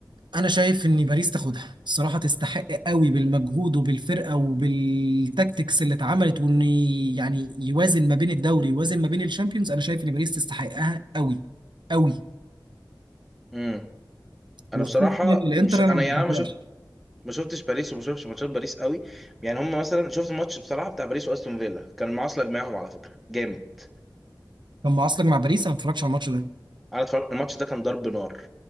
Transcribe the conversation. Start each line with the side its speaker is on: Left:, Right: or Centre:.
Right: انا شايف ان باريس تاخدها الصراحة تستحق قوي بالمجهود وبالفرقة وبالتكتكس اللي اتعملت وان يعني يوازن ما بين الدوري يوازن ما بين الشامبيونز انا شايف ان باريس تستحقها قوي قوي
Centre: امم انا
Right: وخصوصا
Centre: بصراحة
Right: ان الانتر
Centre: مش انا
Right: انا ما
Centre: يعني
Right: بحبهاش
Centre: انا ما شفت ما شفتش باريس وما شفتش ماتشات باريس قوي يعني هم مثلا شفت الماتش بصراحة بتاع باريس واستون فيلا كان المعاصلة جماعهم على فكرة جامد
Right: كان معاصلك مع باريس انا ما اتفرجش على الماتش
Centre: انا اتفرجت الماتش ده كان ضرب نار